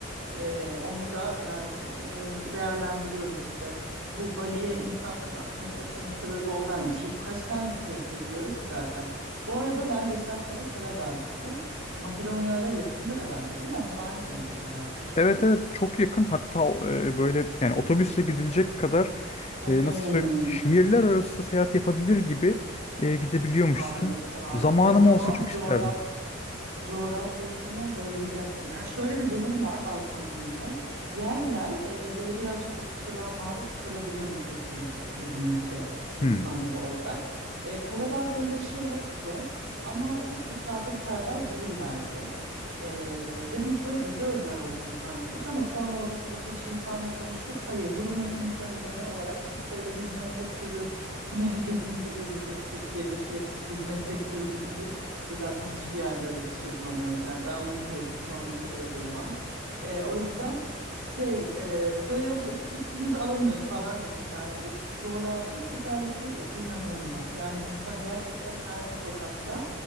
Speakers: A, on the right (about 80°); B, on the left (about 30°).
A: Ee, onu da yani e, değerlendiriyoruz işte. Bu Bali'ye insanların akın etmesinin sebebi o bence. Çünkü kaç tane ülkeye gidebiliyoruz ki zaten. Bu arada ben geçen sene Karadağ'a gittim. Makedonya ile yakındır herhalde değil mi? Onlar aynı bölgedelerdir.
B: Evet evet çok yakın hatta e, böyle yani otobüsle gidilecek kadar
A: Hmm.
B: e, nasıl söyleyeyim şehirler arası seyahat yapabilir gibi e, gidebiliyormuşsun.
A: Harika.
B: Zamanım
A: O zaman
B: olsa çok isterdim.
A: coğraf. coğrafyasına bayılacaksın. Yani şöyle bir durum var Balkanlarda. Yer yer e, böyle birazcık ırkçılığa maruz kalabiliyormuşuz biz bizim ülke insanları
B: Hmm.
A: olarak. E, Karadağ'da öyle bir şey yoktu ama çok misafirperver değillerdi. E, ve biz böyle bize özel olduğunu zannettik ama sonra oradaki birkaç insanla konuştuk. Hayır, buranın insanı genel olarak çok böyle hizmet sektörü <laughs> ne bizim gibi bizim Türkiye'deki hizmet sektörü gibi değil. E, Zaten hiçbir yerde öyle bir şey bulamıyoruz yani. Ben Amerika'ya gittim, Amerika'da da bulamam. Ee, o yüzden şey e, böyle o- üstünüze alınmayın falan demişlerdi. Coğrafi güzellikleri inanılmaz. Yani insan gerçekten her bir sokakta